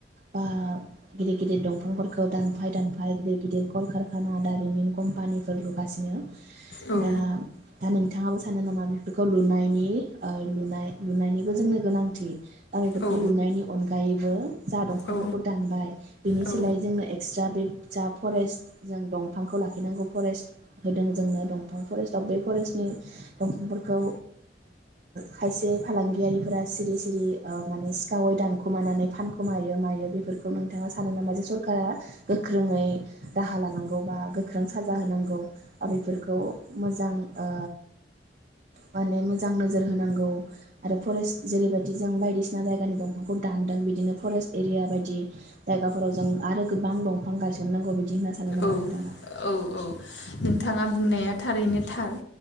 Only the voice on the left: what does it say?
औ
औ
औ
औ
औ
औ औ नोंथाङा बुंनाया थारैनो थार